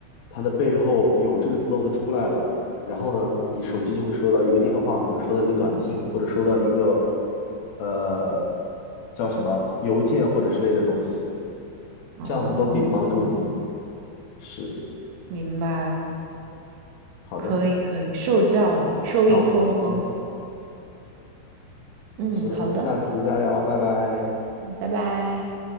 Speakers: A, on the left; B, on the right.
A: 它的背后有这个 slot 出来了，然后呢，你手机就会收到一个电话，或者收到一个短信，或者收到一个，呃，叫什么邮件或者之类的东西，
B: 哦，
A: 这样子都可以帮助你。是，
B: 明白了，
A: 好的。
B: 可以可以，受教了，受益颇丰。
A: 那我们
B: 嗯，
A: 先先下次再聊，
B: 好的，
A: 拜拜。
B: 拜拜。